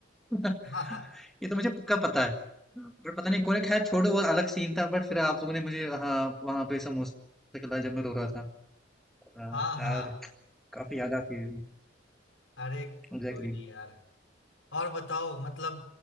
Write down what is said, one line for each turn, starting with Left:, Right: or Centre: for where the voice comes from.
Centre: <laughs>
Left: हाँ
Centre: ये तो मुझे पक्का पता है पर पता नहीं कौन खैर छोड़ो वो अलग सीन था बट फिर आप लोगों ने मुझे हाँ वहां पे समोसे खिलाए जब मैं रो रहा था हाँ,
Left: हाँ
Centre: यार
Left: हाँ
Centre: काफी याद आती है
Left: अरे
Centre: एग्जैक्टली
Left: कोई नहीं यार और बताओ मतलब